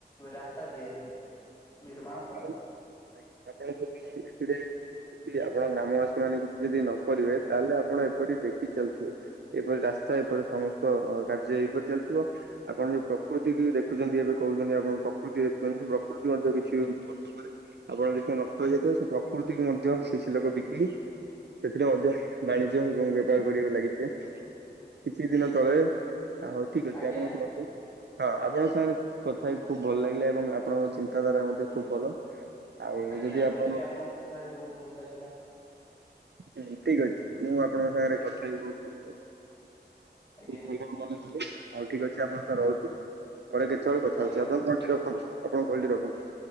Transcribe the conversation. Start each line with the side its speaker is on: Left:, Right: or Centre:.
Left: ରାସ୍ତା ଦିଆଯାଉ। ନିର୍ମାଣ
Right: <unintelligible>
Left: କରାଯାଉ।
Right: ଆପଣ ଗ୍ରାମବାସୀ ମାନେ କିଛି ଯଦି ନ କରିବେ ତାହେଲେ ଆପଣ ଏପରି ଦେଖି ଚାଲିଥିବେ ଏପରି ରାସ୍ତା ଏପରି ସମସ୍ତ କାର୍ଯ୍ୟ ଏପରି ଚାଲିଥିବ ଆପଣ ଯୋଉ ପ୍ରକୃତି କି ଦେଖୁଛନ୍ତି ଏବେ କହୁଛନ୍ତି ଆପଣ ପ୍ରକୃତି ଦେଖୁଛନ୍ତି ସେ ପ୍ରକୃତି ମଧ୍ୟ କି କିଛି ବର୍ଷ ପରେ ଆପଣ ଦେଖିବା ନଷ୍ଟ ହେଇଯାଇଥିବ ସେ ପ୍ରକୃତିକୁ ମଧ୍ୟ ସେ ଶ ଲୋକ ବିକି ସେଥିରେ ମଧ୍ୟ ବାଣିଜ୍ୟ ଏବଂ <unintelligible> କରିବାକୁ ଲାଗିଛି କିଛି ଦିନ ତଳେ ହଉ ଠିକ ଅଛି
Left: ଆଜ୍ଞା
Right: ଆପଣ
Left: ଆଜ୍ଞା
Right: ଶୁଣନ୍ତୁ ହଁ ଆପଣଙ୍କ ସାଙ୍ଗରେ କଥା ହେଇ ଖୁବ ଭଲ ଲାଗିଲା ଏବଂ ଆପଣଙ୍କ ଚିନ୍ତାଧାରା ମଧ୍ୟ ଖୁବ ଭଲ। ଆଉ
Left: ଆଜ୍ଞା
Right: ଯଦି
Left: ମତେ
Right: ଆପଣ
Left: ବି ଆପଣଙ୍କ କଥାଟି ବହୁତ ଭଲ ଲାଗିଲା
Right: ହୁଁ ଠିକ ଅଛି ମୁଁ ଆପଣଙ୍କ ସାଙ୍ଗରେ କଥା ହି ବହୁତ
Left: ଆଜ୍ଞା
Right: ହୁ ଭ ମନେ କଲି ଆଉ ଠିକ ଅଛି ଆପଣଙ୍କ ସ ରହୁଛି ପରେ କେତେବେଳେ କଥା ହଉଛି
Left: ଆଜ୍ଞା।
Right: ଆପଣ କଣ ରଖନ୍ତୁ ଆପଣଙ୍କ କଲ୍‌ଟି ରଖନ୍ତୁ।